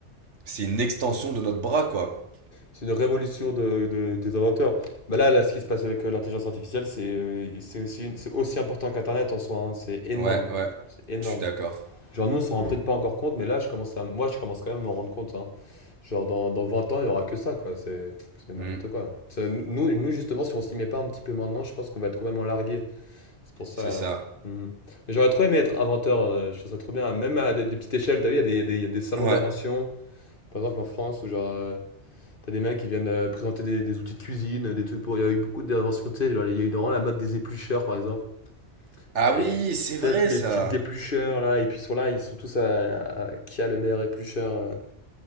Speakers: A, on the right (about 80°); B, on the left (about 50°).
A: c'est une extension de notre bras, quoi.
B: C'est une révolution de, de- des inventeurs. Bah là, là, ce qui se passe avec euh, l'intelligence artificielle, c'est euh, c'est aussi, une- c'est aussi important qu'Internet en soi. hein. C'est énorme.
A: Ouais, ouais,
B: C'est énorme.
A: je suis d'accord.
B: Genre, nous, on s'en rend peut-être pas encore compte, mais là, je commence à, moi, je commence quand même à m'en rendre compte. hein. Genre, dans, dans 20 ans, il y aura que ça, quoi. C'est c'est n'importe
A: Hmm,
B: quoi. Ça, nous, nous, justement, si on s'y met pas un petit peu maintenant, je pense qu'on va être complètement largué. C'est pour ça.
A: c'est
B: euh,
A: ça.
B: mhm. Mais j'aurais trop aimé être inventeur. euh, je trouve ça trop bien. Même à des, des petites échelles, t'as vu, il y a des, des- il y a des salons
A: Ouais.
B: d'invention, par exemple en France, ou genre. euh, t'as des mecs qui viennent, heu, présenter des des outils de cuisine, heu, des trucs pour il y a eu beaucoup d'inventions, tu sais, genre, il y a eu vraiment la mode des éplucheurs, par exemple.
A: Ah
B: Il y a
A: oui,
B: il y a tu
A: c'est vrai,
B: sais, tous les
A: ça.
B: types d'éplucheurs, là et puis ils sont là, ils sont tous à à qui a le meilleur éplucheur, heu,